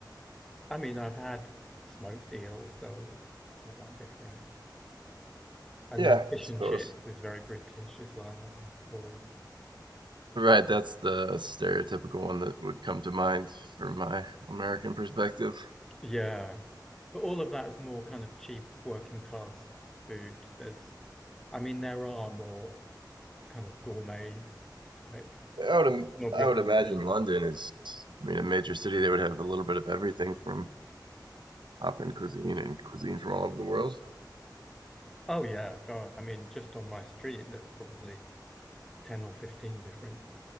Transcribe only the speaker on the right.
Yeah,
I suppose.
Right, that's the stereotypical one that would come to mind from my American perspective.
I would, im-
I would imagine
London is, I mean, a major city. They would have a little bit of everything from hop-in cuisine and cuisine from all over the world.